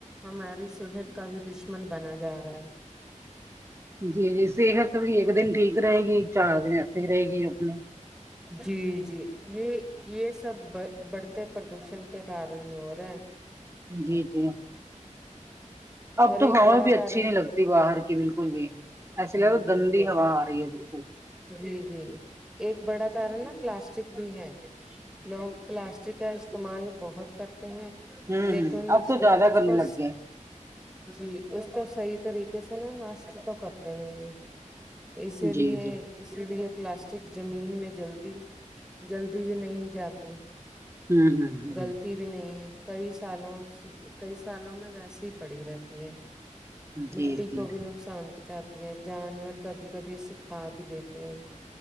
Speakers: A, in the centre; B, on the right.
A: ہماری صحت کا بھی دشمن بنا جا رہا ہے
B: جی جی صحت بھی ایک دن ٹھیک رہے گی چار دن ایسے ہی رہے گی اپنی
A: جی جی یہ یہ سب بڑھتے پردوشن کے کارن ہو رہا
B: جی جی اب
A: اور
B: تو
A: ایک
B: ہوا
A: بڑا
B: بھی
A: کارن
B: اچھی نہیں لگتی باہر کی بالکل بھی ایسے
A: جی
B: لے
A: بالکل
B: گندی ہوا آ رہی ہے بالکل
A: جی جی ایک بڑا کارن نا پلاسٹک بھی ہے لوگ پلاسٹک کا استعمال بہت کرتے ہیں
B: ہوں
A: لیکن
B: ہ اب
A: اس
B: تو
A: کے
B: زیادہ
A: اس
B: کرنے
A: کو
B: لگ گئے
A: جی اس کو صحیح طریقے سے نا نشٹ تو کرتے نہیں ہیں اسی لیے
B: جی جی
A: اسی لیے پلاسٹک زمین میں جل دی جلدی بھی نہیں جاتی
B: ہوں ہ ہ
A: گغلط بھی نہیں ہے کئی سالوں کئی سالوں میں ویسے ہی پڑی رہتی ہے مٹی
B: جی
A: کوبھی
B: جی
A: ن نقصان پہنچ اتی ہے جانور کبھی کبھی سکھا بھی دیتے ہیں